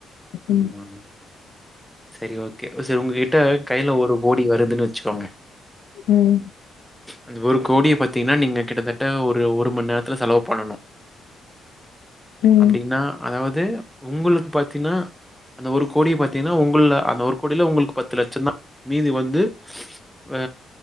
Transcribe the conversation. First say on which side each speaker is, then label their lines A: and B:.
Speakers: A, in the centre; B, on the left.
A: ஆ
B: ம்.
A: சரி ஓகே ஒ சரி உங்ககிட்ட கையில ஒரு கோடி வருதுன்னு வச்சுக்கோங்க
B: ம்
A: அந்த ஒரு கோடிய பாத்தீங்கன்னா நீங்க கிட்டத்தட்ட ஒரு ஒரு மணி நேரத்துத செலவு பண்ணணு
B: ம், ம்,
A: அப்டின்னா அதாவது உங்களுக்கு பாத்தீன்னா அந்த ஒரு கோடிய பாத்தீங்கன்னா உங்கள்ல அந்த ஒரு கோடியில உங்களுக்கு பத்து லட்ச தா மீதி வந்து வே